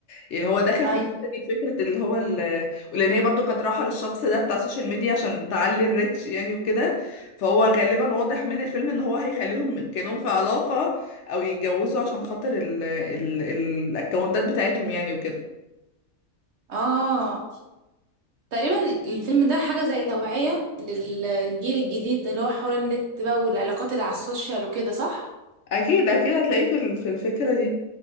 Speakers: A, on the left (about 60°); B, on the right (about 60°).
A: يعني هو داخل
B: ايوه
A: في الحته دي فكره اللي هو ال... ولان هي برضو كانت رايحه للشخص ده بتاع السوشيال ميديا عشان تعلي الريتش يعني وكده فهو غالبا واضح من الفيلم ان هو هيخليهم كانهم في علاقه او يتجوزوا عشان خاطر ال... ال... ال... الاكونتات بتاعتهم يعني وكده
B: اه تقريبا الفيلم ده حاجة زي توعية للجيل الجديد اللي هو حوار النت بقى والعلاقات اللي على السوشيال وكده صح
A: اكيد اكيد هتلاقيه في ال- في الفكره دي